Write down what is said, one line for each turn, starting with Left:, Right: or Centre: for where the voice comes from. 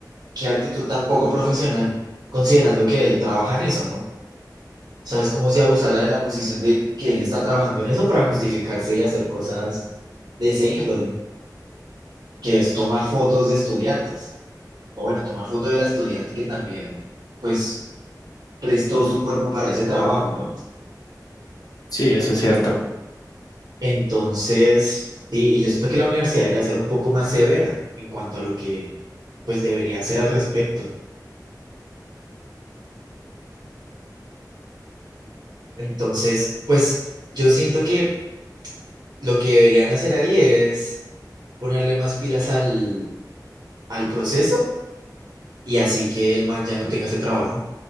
Right: Qué actitud tan poco profesional, considerando que él trabaja en eso, ¿no? O sea, es como si abusara de la posición de que él está trabajando en eso para justificarse y hacer cosas de ese índole, que es tomar fotos de estudiantes. O bueno, tomar fotos de la estudiante que también, pues, prestó su cuerpo para ese trabajo, ¿no?
Left: Sí, eso es cierto.
Right: Entonces, sí, y yo siento que la universidad debería ser un poco más severa en cuanto a lo que pues debería hacer al respecto. Entonces, pues yo siento que lo que deberían hacer ahí es ponerle más pilas al, al proceso y así que el man ya no tenga ese trabajo.